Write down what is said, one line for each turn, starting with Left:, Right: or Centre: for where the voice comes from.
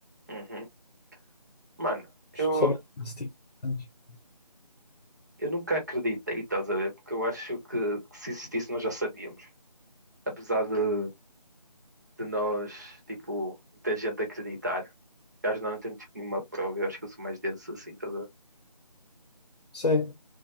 Right: Uhum. Mano, eu,
Left: Especialmente nesse tipo. de cenas.
Right: eu nunca acreditei, estás a ver? Porque eu acho que, que se existisse nós já sabíamos. Apesar de, de nós, tipo, muita gente acreditar. Eu acho que nós não temos tipo, nenhuma prova, eu acho que eu sou mais desses assim, toda.
Left: Sim,